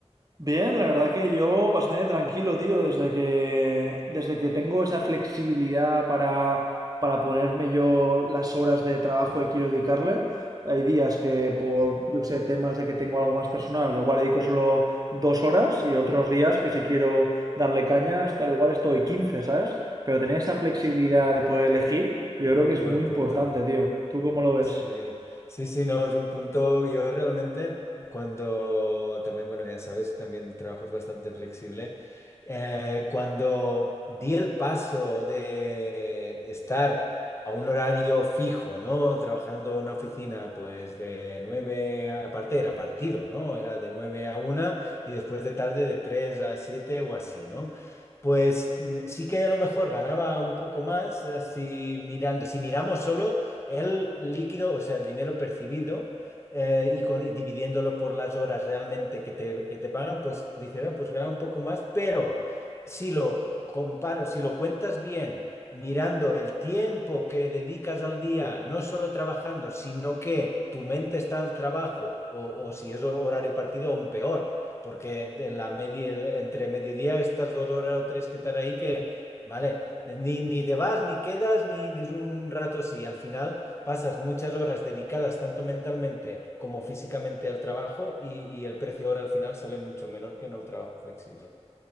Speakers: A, on the right; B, on the left.
A: Bien, la verdad que yo bastante tranquilo, tío, desde que, desde que tengo esa flexibilidad para, para ponerme yo las horas de trabajo que quiero dedicarle. Hay días que por, yo qué sé, temas de que tengo algo más personal, igual le dedico solo dos horas y otros días que si quiero darle caña, esto- al igual estoy 15, ¿sabes? Pero tener esa flexibilidad de poder elegir, yo creo que es
B: Buen
A: muy importante,
B: punto.
A: tío. ¿Tú cómo lo ves?
B: Sí, sí, sí, no, es un punto. Yo realmente, cuando también, bueno, ya sabes, también trabajo es bastante flexible. eh, cuando di el paso de estar a un horario fijo, ¿no? Trabajando en una oficina, pues de nueve a- aparte era partido, ¿no? Era de nueve a una y después de tarde de 3 a 7 o así, ¿no? Pues mm, sí que a lo mejor ganaba un poco más, eh, si mirando, si miramos solo el líquido, o sea, el dinero percibido, eh, y, con- y dividiéndolo por las horas realmente que te, que te pagan, pues dice, "Ah, pues gana un poco más, pero si lo comparas, si lo cuentas bien, mirando el tiempo que dedicas al día, no solo trabajando, sino que tu mente está al trabajo, o, o si es horario partido, aún peor. Porque de la media, entre mediodía, estas dos horas o tres que están ahí, que, vale, ni, ni te vas, ni quedas, ni, ni es un rato así. Al final, Pasas muchas horas dedicadas tanto mentalmente como físicamente al trabajo y, y el precio ahora al final sale mucho menor que en el trabajo flexible.